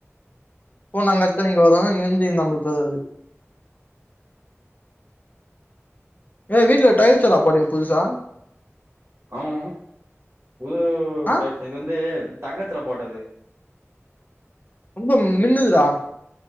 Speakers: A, on the left; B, on the right.
A: போன் அங்கத்த தா இங்கந்து நம்பப்பது அது ஏ வீட்ல டைல்ஸ் எதா போட்றிங்க புதுசா
B: ஆமா புது
A: ஆ
B: டைல்ஸ் இது வந்து தங்கத்துல போட்டது
A: ரொம்ப மின்னுதுடா